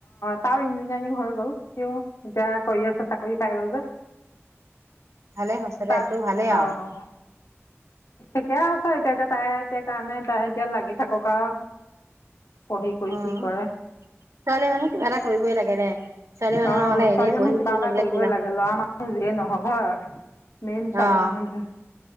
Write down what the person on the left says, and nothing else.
তাৰো ইঞ্জিনিয়াৰিং হৈ গ'ল, ‌ সিও এতিয়া কৰি আছে চাকৰি পাই গ'ল যে।
তাত
অঁ ঠিকে আছে এতিয়া, ‌এতিয়া তাই সেই কাৰণে তাই এতিয়া লাগি থাকক আৰু। পঢ়ি পঢ়ি
কি কৰে!
অ'
ছোৱালী জনীয়ে
কিবা
এটা
কৰিবই
লাগে, ল'ৰা মানুহ যিয়ে নহওক হয়। মেইন ছোৱালী
মানুহহে।